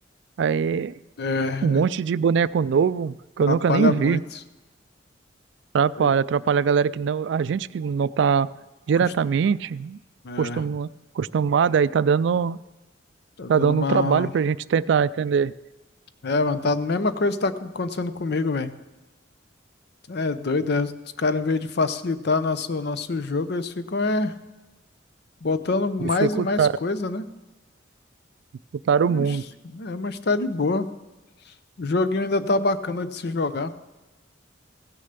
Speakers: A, on the right (about 65°); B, on the left (about 60°).
A: Aí,
B: é,
A: um monte de boneco novo que
B: atrapalha
A: eu nunca nem vi.
B: muito.
A: Atrapalha,
B: Oi?
A: atrapalha a galera que não. A gente que não tá diretamente
B: Cust- É,
A: costuma, acostumada aí tá dando,
B: tá
A: tá
B: dando
A: dando
B: uma.
A: um trabalho pra gente tentar entender.
B: É, mano, tá a mesma coisa que tá co- acontecendo comigo, velho. É doido, é, os caras, em vez de facilitar nosso, nosso jogo, eles ficam é, botando mais
A: Dificultar,
B: e mais coisa, né?
A: dificultaram
B: Mas,
A: muito.
B: é, mas tá de boa. O joguinho ainda tá bacana de se jogar.